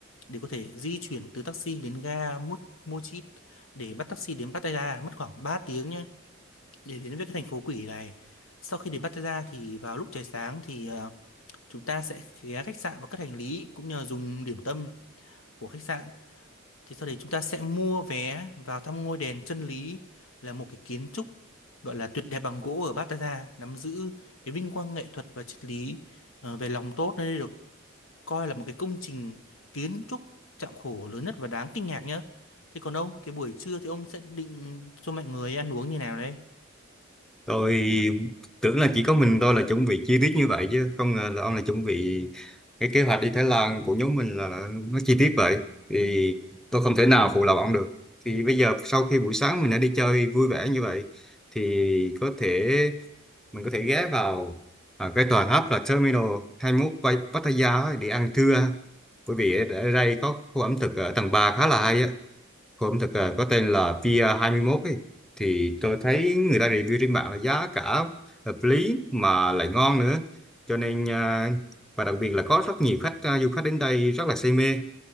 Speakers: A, on the left; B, in the centre.
A: để có thể di chuyển từ taxi đến ga Mo- Mochit để bắt taxi đến Pattaya mất khoảng 3 tiếng nhé để đến với cái thành phố quỷ này sau khi đến Pattaya thì vào lúc trời sáng thì ờ, chúng ta sẽ ghé khách sạn và cất hành lý cũng như là dùng điểm tâm của khách sạn thì sau đấy chúng ta sẽ mua vé vào thăm ngôi đền chân lý là một cái kiến trúc gọi là tuyệt đẹp bằng gỗ ở Pattaya nắm giữ cái vinh quang nghệ thuật và triết lý ờ, về lòng tốt nơi đây được coi là một cái công trình kiến trúc chạm khổ lớn nhất và đáng kinh ngạc nhá thế còn ông cái buổi trưa thì ông sẽ định cho mọi người ăn uống như nào đấy
B: Tôi tưởng là chỉ có mình tôi là chuẩn bị chi tiết như vậy chứ không ngờ là ông là chuẩn bị cái kế hoạch đi Thái Lan của nhóm mình là nó chi tiết vậy thì tôi không thể nào phụ lòng ông được thì bây giờ sau khi buổi sáng mình đã đi chơi vui vẻ như vậy thì có thể mình có thể ghé vào à, cái tòa tháp là Terminal 21 Pai- Pattaya ấy để ăn trưa bởi vì ở ở đây có khu ẩm thực ở tầng 3 khá là hay á Cô ẩm thực à, có tên là Pier 21 ấy. Thì tôi thấy người ta review trên mạng là giá cả hợp lý mà lại ngon nữa. Cho nên à, và đặc biệt là có rất nhiều khách à, du khách đến đây rất là say mê.